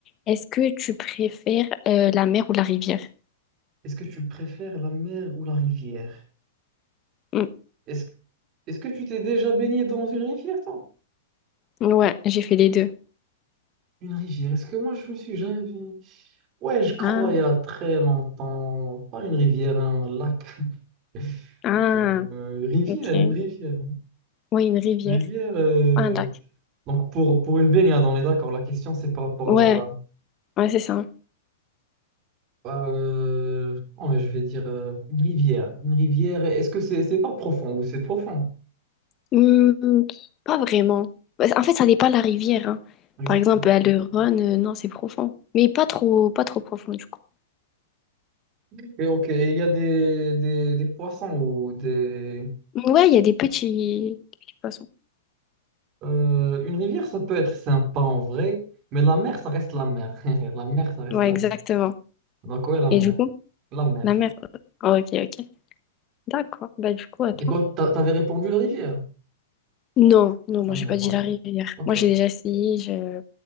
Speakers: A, on the left; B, on the right.
A: Est-ce que tu préfères euh, la mer ou la rivière?
B: Est-ce que tu préfères la mer ou la rivière?
A: Mm.
B: Est-ce, que- est-ce que tu t'es déjà baigné dans une rivière, toi?
A: Ouais, j'ai fait les deux.
B: Une rivière, est-ce que moi, je me suis jamais baigné? Ouais, je crois,
A: Ah,
B: il y a très longtemps. Pas une rivière, un lac. <laughs>
A: ah,
B: Euh, rivière,
A: ok.
B: une rivière.
A: Ouais, une rivière,
B: Rivière... euh,
A: un lac.
B: Donc pour, pour une baignade, on est d'accord. La question, c'est par rapport
A: Ouais, ouais, c'est ça.
B: à, à, euh, oh, mais je vais dire euh, une rivière. Une rivière, est-ce que c'est c'est pas profond ou c'est profond?
A: Hmm, pas vraiment. Bah, En fait, ça dépend de la rivière, hein.
B: Exact.
A: Par exemple, à le Rhône, euh, non, c'est profond. Mais pas trop, pas trop profond, du coup.
B: Ok, ok. Il y a des, des, des poissons ou des...
A: Ouais, il y a des petits, petits poissons.
B: euh, une rivière, ça peut être sympa en vrai, mais la mer, ça reste la mer. <laughs> La mer, ça reste
A: Ouais,
B: la
A: exactement.
B: mer. Donc ouais, la
A: Et
B: mer.
A: du coup,
B: La mer.
A: la mer. Oh, ok, ok. D'accord. Bah, du coup, attends.
B: Et toi, t'a- t'avais répondu la rivière?
A: Non, non, moi
B: La
A: j'ai
B: mer,
A: pas dit
B: ok.
A: la rivière.
B: Ok,
A: Moi j'ai
B: ok.
A: déjà essayé, je...